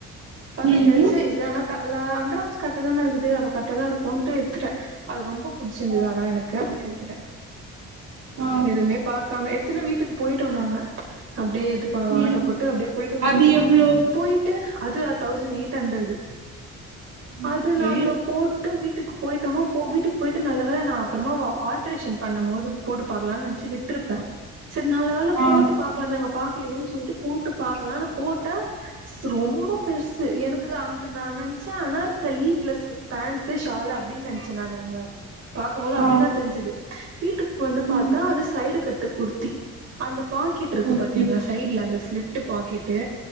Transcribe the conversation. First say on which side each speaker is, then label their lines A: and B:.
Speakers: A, on the right; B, on the right.
A: பாத்தா
B: ம்.
A: எல் சைஸ்ஸு ஆனா அண்டுராம்ஸு கர்ட்டாதான இருக்குது அப்ப கர்ட்டாதானே இருக்கோன்ட்டு எத்துட்டே அது ரொம்ப புடிச்சிர்ந்துது
B: ஆ,
A: ஆனா எனக்கு அதனால எடுத்துட்டே
B: ஆ.
A: எதுமே பாக்காம எடுத்துன வீட்டுக்கு போய்ட்டோ நாங்க அப்டியே இதுப்ப
B: ம்.
A: ஆட்டோ போட்டு அப்டியே போயட்டோ வீட்டுக்கு
B: அது எவ்ளோ?
A: போயிட்டு அது ஆ தௌசண் எய்ட் ஹண்ரடு
B: ம்.
A: அது
B: ஓகே.
A: நாங்கப் போட்டு வீட்டுக்கு போயிட்டமா போ வீட்டுக்கு போயிட்டு நல்லவேல நா அப்றமா வ ஆல்ட்ரேஷன் பண்ணமோது போட்டு பாக்கலானு நென்ச்சி விட்ருப்ப செரி நல்ல வேல
B: ஆ.
A: போட்டு பாக்லான்னாங்க பாக்லயேனு சொல்ட்டு போட்டு பாக்லான்னு போட்ட ரொம்ப பெர்சு எனக்கு அங்க நா நென்ச்ச அனார்க் களி பிளஸ் பேண்ட்டு ஷாலு அப்டீன்னு நென்ச்ச நானு அங்க பாக்கும்போது அப்டிதா
B: ஆ
A: தெர்ஞ்சுது வீட்டுக்கு வந்து பாத்தா
B: ம்
A: அது சைடு கட்டு குர்த்தி அந்த பாக்கிட்ருக்கு
B: ஓகே
A: பாத்தீங்ளா சைடுல அந்த ஸ்லிட்டு பாக்கெட்டு